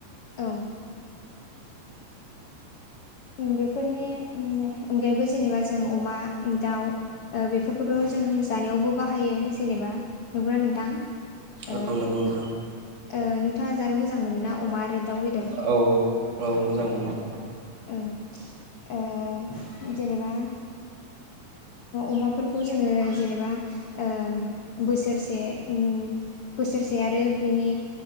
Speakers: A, on the left; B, on the right.
A: औ
B: <inaudible>
A: उम बेफोरनि अनगायैबो जेनेबा जों अमा दाउ ओ बेफोरखौथ' जों जानायावबो बाहायो जेनेबा नंगौना नोंथां?
B: औ
A: ओ
B: नंगौ नोंथां
A: ओ नोंथाङा जानो मोजां मोनोना अमा आरो दाउ बेदर
B: औ औ मोजां मोनो नोंथां
A: ओं ओ जेनेबा अमाफोरखौ जोङो जेनेबा ओम बोसोरसे उम बोसोरसे आरो बिनि